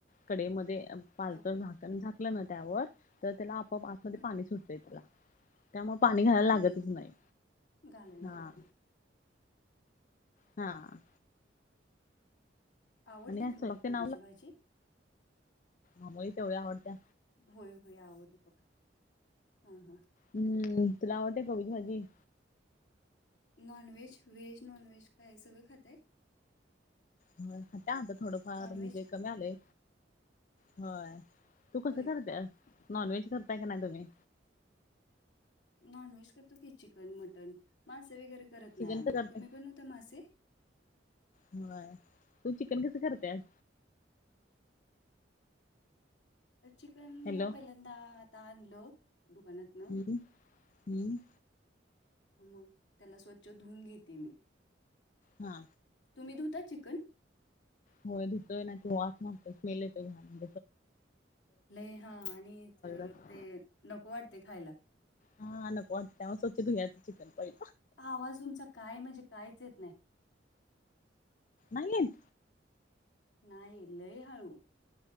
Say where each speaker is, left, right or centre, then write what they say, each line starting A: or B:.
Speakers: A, on the left; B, on the left.
A: कडइमध्ये, पालतझाकण
B: हां
A: झाक लना त्यावर. तर त्याला आपोआप आतमध्ये
B: हं
A: पाणी सुटतंय, त्याला. त्यामुळं पाणी घालायला
B: हं
A: लागतच नाही.
B: घालायला
A: हा..
B: लागत नाही
A: हां.
B: आवडते
A: आणि,
B: तुम्हाला
A: <unintelligible>
B: कोबीची भाजी
A: आंबोळी तेवढी आवडत्या.
B: होय-होय, आवरल बघा. ह.. ह
A: हम्म्, तुला आवडते कोबीची भाजी
B: नॉनव्हेज, व्हेज-नॉनव्हेज काय सगळं खातय
A: हो. त्यानंतर थोडंफार
B: नॉनव्हेज
A: म्हणजे, कमी आलंय. होय. तू कसं
B: होय
A: करत्यास, नॉनव्हेज करताय कां नाही तु्म्ही
B: नॉनव्हेज करतो की, चिकन, मटन. मासे वगैरे करत नाही
A: चिकन
B: आम्ही.
A: का करताय
B: तुम्ही पण फक्त, मासेे.
A: व्हय, तू चिकन कसं करत्यास
B: चिकन,
A: हॅलो
B: पहिल्यांदा आता आणलं दुकानात
A: हम्म्, हम्म्
B: मग, त्याला स्वच्छ धुवून घेते मी
A: हा
B: तुम्ही, धुता चिकन
A: होय, धुतोय. नाही तर वास मारतोय, स्मेल येतोय घान
B: लय, हा आणि त..
A: असतंय
B: ते नको वाटते खायला.
A: हा, आता पोचल्यावर स्वच्छधुयाच चिकन. पहि
B: आवाज तुमचा, काय म्हणजे काहीच येत नाही.
A: नाही येत?
B: नाही, लय हाळू.